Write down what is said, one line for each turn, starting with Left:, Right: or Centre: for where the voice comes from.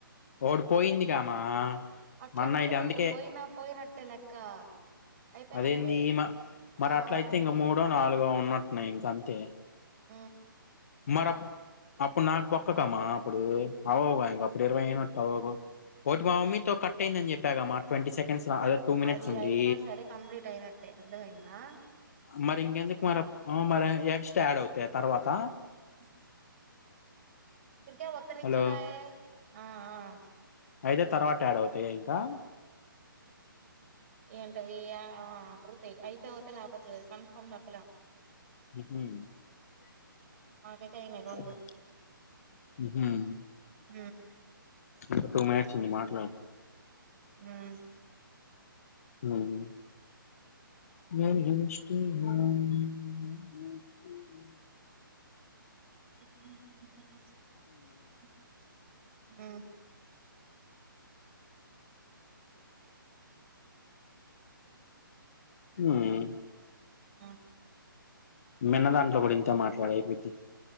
Left: ఒకటి పోయింది కా మా
Right: అట్లా
Left: అన్నయ్యకి
Right: ఉండదు
Left: అందుకే
Right: పోయినా పోయినట్టే లెక్క అయిపోయినట్టే
Left: అదేంది మరి
Right: ఆ
Left: అట్ల
Right: మరంతే
Left: అయితే ఇంక మూడో నాలుగో ఉన్నట్ న ఇంకా అంతే
Right: ఆ
Left: మర అప్పుడ్ అప్పుడు నాకు బో మా అప్పుడు అవు అప్పుడు ఇరవై అయ్యేట్టు అవ్వవు ఒకటి మా మమ్మి కట్ అయిందని చెప్పాగా ట్వంటీ సెకండ్స్ లా టూ మినిట్స్
Right: అది
Left: ఉండి,
Right: అయినా సరే కంప్లీట్ అయినట్టే అర్థమైందా
Left: మరి ఇంకెందుకు మరీ మ ఎక్స్ట్రా యాడ్ అవుతాయి తర్వాత
Right: <inaudible> ఇక మొత్తం నిచినాయే
Left: హలో
Right: ఆ ఆ
Left: అయితే తర్వాత యాడ్ అవుతాయా ఇంకా
Right: ఏంటవీ ఆ ఆ అయితే అవుతాయి లేకపోతే లేదు కన్ఫర్మ్ పలా
Left: మ్
Right: మాకైతే అయినాయి రెండు మ్
Left: ఇంకా టూ మినిట్స్ ఉంది మాట్లాడు
Right: మ్మ్
Left: మ్మ్ when use to <unintelligible>
Right: <unintelligible> sorry sir హ్ సర్ ఆమ్
Left: హ్మ్
Right: ఆ
Left: మెన్నా దాంట్లో గుడిం త మాట్లాడేకి వెట్టి